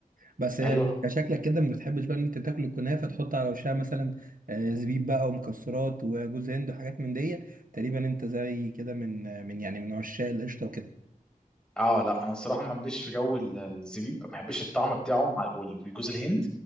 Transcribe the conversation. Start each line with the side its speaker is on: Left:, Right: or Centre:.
Right: بس
Centre: ايوه
Right: شكلك كده ما بتحبش بقى ان انت تاكل الكنافه تحط على وشها مثلا آه، زبيب بقى ومكسرات وجوز هند وحاجات من دي تقريبا انت زي كده من آه، من يعني من عشاق القشطه وكده
Centre: اه لا انا الصراحه ما مليش في جو ال- الزبيب ما بحبش الطعم بتاعه مع وال- والجوز الهند